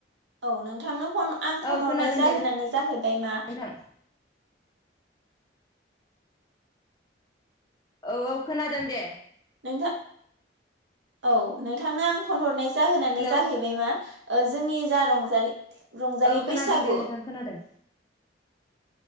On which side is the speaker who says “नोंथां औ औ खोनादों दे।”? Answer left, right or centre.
Left